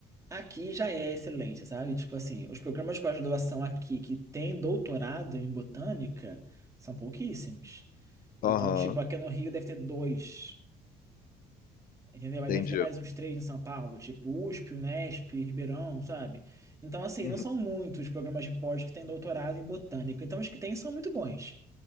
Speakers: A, on the right; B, on the left.
A: Aqui já é excelência, sabe? Tipo assim, os programas de pós-graduação aqui que têm doutorado em botânica são pouquíssimos. Então,
B: Aham,
A: tipo, aqui no Rio deve ter dois, entendeu?
B: entendi.
A: Aí deve ter mais uns três em São Paulo, tipo USP, Unesp, Ribeirão, sabe? Então, assim,
B: Uhum,
A: não são muitos programas de pós que têm doutorado em botânica. Então, os que têm são muito bons.